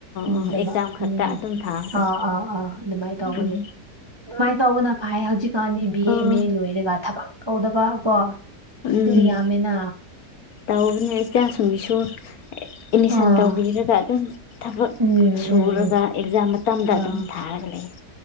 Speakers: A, on the right; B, on the left.
A: ꯎ
B: ꯑꯣ
A: ꯗꯃ
B: ꯑꯦꯛꯖꯥꯝ ꯈꯛꯇ
A: ꯎꯝ
B: ꯑꯗꯨꯝ ꯊꯥꯕꯗꯣ
A: ꯑꯥ ꯑꯥ ꯑꯥ ꯑꯗꯨꯃꯥꯏꯅ ꯇꯧꯕꯒꯤ
B: ꯎꯝ
A: ꯑꯗꯨꯃꯥꯏꯅ ꯇꯧꯕꯅ ꯐꯥꯏ ꯍꯧꯖꯤꯛꯀꯥꯟꯗꯤ ꯕꯤ
B: ꯑꯣ
A: ꯑꯦ ꯑꯦꯝ ꯑꯦ ꯂꯣꯏꯔꯒ ꯊꯕꯛ ꯇꯧꯗꯕ ꯀꯣ
B: ꯎꯝ
A: ꯑꯗꯨ ꯌꯥꯝꯃꯦꯅ
B: ꯇꯧꯕꯅꯦ ꯏ ꯆ ꯁꯨꯡꯕꯤꯁꯨ ꯑꯦꯠꯃꯤꯁꯟ
A: ꯑꯥ
B: ꯇꯧꯕꯤꯔꯒ ꯑꯗꯨꯝ ꯊꯕꯛ
A: ꯎꯝ
B: ꯁꯨꯔꯒ
A: ꯎꯝ ꯎꯝ
B: ꯑꯦꯛꯖꯥꯝ ꯃꯇꯝꯝꯗ
A: ꯑꯥ
B: ꯑꯗꯨꯝ ꯊꯥꯔ ꯂꯩ